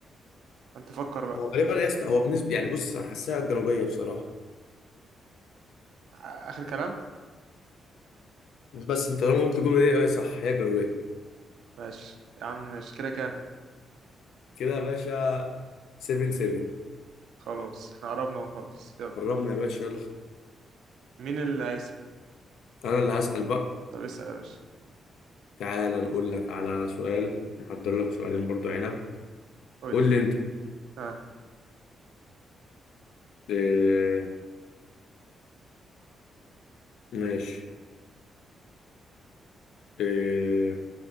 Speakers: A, on the right (about 75°); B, on the left (about 80°).
A: انت فكر بقى
B: هو غالبا يا اسطى هو بالنسبه يعني بص انا حاساها الجنوبيه بصراحه
A: آ- اخر كلام
B: مش بس انت طالما قلت الجمله دي اه صح هي الجنوبيه
A: ماشي يا عم ماشي كده كام
B: كده يا باشا 7 7
A: خلاص احنا قربنا ونخلص يلا
B: قربنا يا باشا يلا
A: مين اللي هيسأل
B: انا اللي هسال بقى
A: طب اسأل يا باشا
B: تعال نقول لك على سؤال نحضر لك سؤالين برضو عنب
A: قول
B: قول
A: لي
B: لي انت
A: ها
B: اه ماشي اه